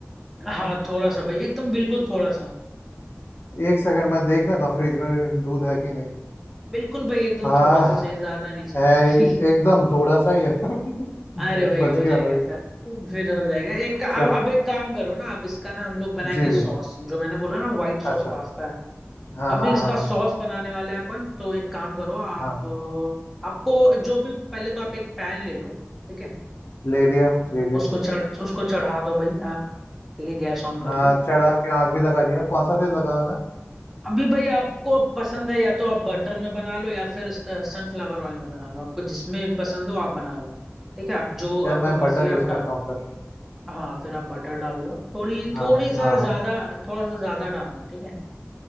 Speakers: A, in the centre; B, on the left.
A: हाँ थोड़ा सा भाई एकदम बिल्कुल थोड़ा सा
B: एक सेकंड मैं देख लेता हूँ फ्रिज में दूध है कि नहीं
A: बिल्कुल भाई एकदम
B: हाँ
A: थोड़ा सा चाहिए ज्यादा नहीं चाहिए
B: है
A: भाई
B: एक, एकदम थोड़ा सा ही है <laughs>
A: <laughs>
B: ब-
A: अरे भाई
B: बच
A: हो
B: गया
A: जाएगा
B: भाई
A: सर फिर हो जाएगा एक अब
B: चल
A: अब एक काम करो ना अब इसका ना हम लोग बनाएंगे
B: जी
A: सॉस
B: जी
A: जो मैंने बोला ना व्हाइट सॉस
B: अच्छा
A: पास्ता है
B: हाँ
A: तो अभी
B: हाँ
A: इसका
B: हाँ हाँ
A: सॉस बनाने वाले हैं अपन तो एक काम करो आप
B: हाँ
A: अ, आपको जो भी पहले तो आप एक पैन ले लो ठीक है
B: ले लिया ले लिया
A: उसको चढ़ उसको चढ़ा दो भाई आप ठीक है गैस ऑन करके
B: हाँ चढ़ा के आग भी लगा दिया कौन सा तेल लगाना है?
A: अभी भाई आपको पसंद है या तो आप बटर में बना लो या फिर सनफ्लावर ऑयल में बना लो आपको जिसमें पसंद हो आप बना लो ठीक है आप जो
B: यार
A: आपका
B: मैं बटर
A: मर्जी है
B: यूज
A: आप
B: करता
A: डालो
B: हूँ फिर
A: हाँ फिर आप बटर डाल लो थोड़ी
B: हाँ
A: थोड़ी सा
B: हाँ हाँ
A: ज्यादा थोड़ा सा ज्यादा डालना ठीक है